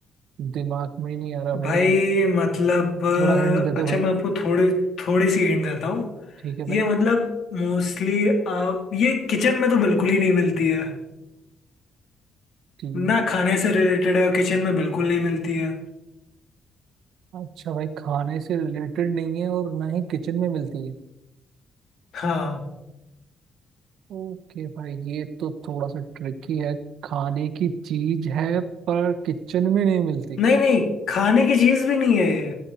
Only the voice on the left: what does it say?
भाई मतलब
अ, अच्छा
मैं आपको थोड़ी थोड़ी सी हिंट देता हूँ
ये मतलब मोस्टली आप ये किचन में तो बिल्कुल ही नहीं मिलती है
ना खाने से रिलेटेड है और किचन में बिल्कुल नहीं मिलती है
हाँ
नहीं नहीं खाने की चीज भी नहीं है ये